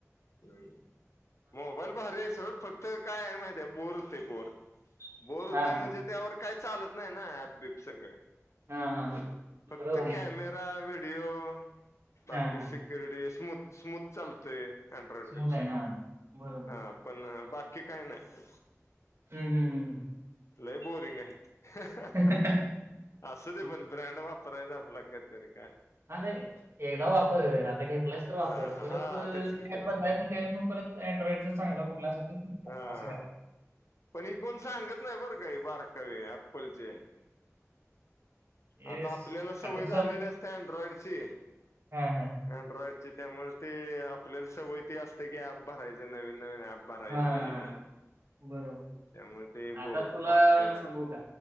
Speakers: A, on the left (about 60°); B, on the right (about 55°).
A: हम्म मोबाईल भारी आहे. सोड फक्त काय आहे माहित आहे बोर होतंय बोर. बोर होतय
B: हां,
A: म्हणजे,
B: हां.
A: त्यावर काय चालत नाही ना ॲप बिप सगळ.
B: हां, हां, हां.
A: फक्त
B: बरोबर आहे.
A: कॅमेरा, व्हिडिओ बाकी
B: हां, हां.
A: सिक्युरिटी स्मूथ स्मूथ चालततय. अँड्रॉइड
B: स्मूथ
A: पेक्षा
B: आहे. हां, बरोबर.
A: हा पण बाकी काही नाही.
B: हम् हम्म हम ह.
A: लय बोरिंग आहे.
B: हं.
A: असूदे
B: हां,
A: पण ब्रँड वाप करायचा आपला कधी तर एक
B: हा नाही एकदा वापर आता घेतलाइस तर वापर,
A: हा
B: परत
A: हा
B: काय
A: तेच की तेच
B: मग
A: की
B: बदलायच मग त्यावेळी मग परत. फक्त अँड्रॉइडचा चांगला कुठला असल तो फिक्स करायचा
A: हा
B: असं करायचं
A: पण हे कोण सांगत नाही बरं का हे बारकावे एप्पलचे.
B: येस.
A: आता आपल्याला सवय
B: आता सब
A: झालेली असते अँड्रॉइडची
B: हां, हां.
A: अँड्रॉइडची त्यामुळे ते आपल्याला सवय ती असते, की ऍप भरायचे नवीन नवीन ऍप. भरायचे
B: हां,
A: हे
B: हां,
A: घ्यायचं ते
B: बरोबर.
A: त्यामुळे ते बोर
B: आता तुला
A: वाटतंय बा
B: सांगू का